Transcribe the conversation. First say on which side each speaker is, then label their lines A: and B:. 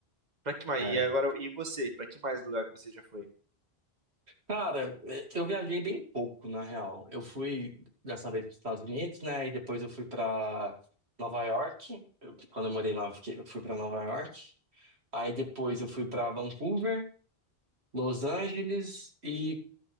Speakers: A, on the right (about 40°); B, on the right (about 85°).
A: Pra que mais?
B: É,
A: E agora, e você? Pra que mais lugar que você já foi?
B: Cara, eh, eu viajei bem pouco, na real. Eu fui dessa vez para os Estados Unidos, né? E depois eu fui para Nova York. Eu- quando eu morei lá, eu fiquei- eu fui para Nova York. Aí depois eu fui para Vancouver, Los Angeles e